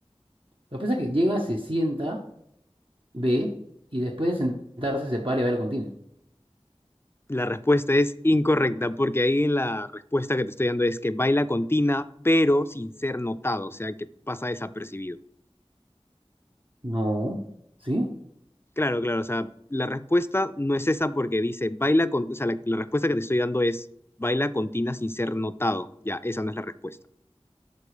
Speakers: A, on the right; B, on the left.
A: Lo que pasa es que llega, se sienta, ve y después de sentarse se para y baila con Tina.
B: La respuesta es incorrecta, porque ahí en la respuesta que te estoy dando es que baila con Tina, pero sin ser notado, o sea, que pasa desapercibido.
A: No, ¿sí?
B: Claro, claro, o sea, la respuesta no es esa porque dice baila con, o sea, la, la respuesta que te estoy dando es baila con Tina sin ser notado. Ya, esa no es la respuesta.